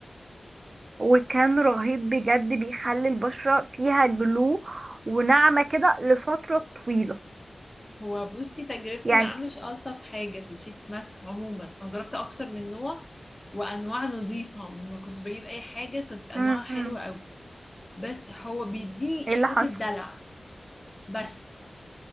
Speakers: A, on the right; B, on the left.
A: وكان رهيب بجد بيخلي البشرة فيها جلو وناعمة كده لفترة طويلة
B: هو بصي تجربتي
A: يعني
B: معاه مش ألطف حاجة في الشيتس ماسكس عموما أنا جربت أكتر من نوع وأنواع نظيفة ما كنتش بجيب أي حاجة كانت أنواعها
A: م-
B: حلوة
A: م.
B: أوي بس هو بيديني
A: ايه
B: إحساس
A: اللي حصل
B: الدلع بس